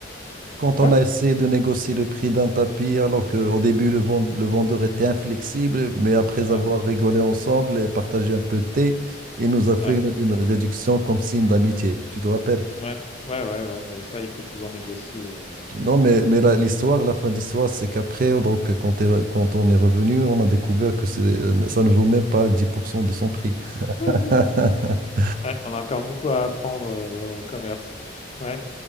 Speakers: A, on the right; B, on the left.
A: Quand on
B: ouais,
A: a essayé de négocier le prix d'un tapis, alors qu'au début, le, vend- le vendeur était inflexible, mais après
B: ouais,
A: avoir rigolé ensemble et partagé un peu de thé, il nous a fait
B: ouais,
A: une, une réduction comme signe d'amitié. Tu te rappelles?
B: ouais, ouais, ouais, ouais, mais ça, il faut toujours négocier, heu,
A: Non, mais, mais la-
B: en
A: l'histoire, la fin d'histoire, c'est qu'après, donc, quand, est- quand on est revenu, on a découvert que c'est- euh, ça ne vaut même pas 10% de son prix. <laughs>
B: <laughs> Ouais, on a encore beaucoup à apprendre, heu, au commerce. Ouais.